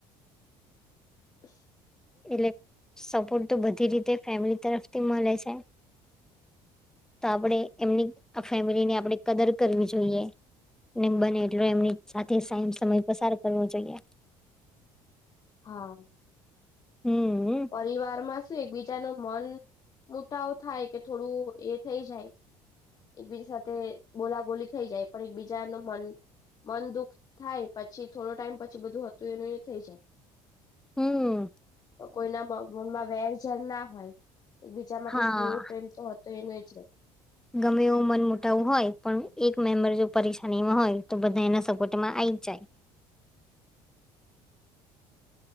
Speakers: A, on the left (about 40°); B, in the centre.
A: હ
B: એટલે સપોર્ટ તો બધી રીતે ફેમલી તરફથી મલે છે તો આપણેે એમની આ ફેમિલીની આપણે કદર કરવી જોઈએ ને બને એટલો એમની સાથે સમ સમય પસાર કરવો જોઈએ
A: હા
B: હમ
A: પરિવારમાં શું એકબીજાનુ મન મુતાવ થાય કે થોડું એ થઇ જાય એકબીજા સાથે બોલાબોલી થઈ જાય પણ એકબીજાનું મન મન દુુઃખ થાય પછી થોડો ટાઈમ પછી બધું હતું એનું એ થઈ જાય
B: હમ્મ
A: તો કોઈના મનમાં વેર ઝેર ના હોય એકબીજા માટે
B: હા
A: સ્નેહ પ્રેમ તો તો એનો એ છે
B: ગમે એવો મન મોટાવ હોય પણ એક મેમ્બર જો પરેશાનીમાં હોય તો બધા એના સપોર્ટમાં આઈ જ જાય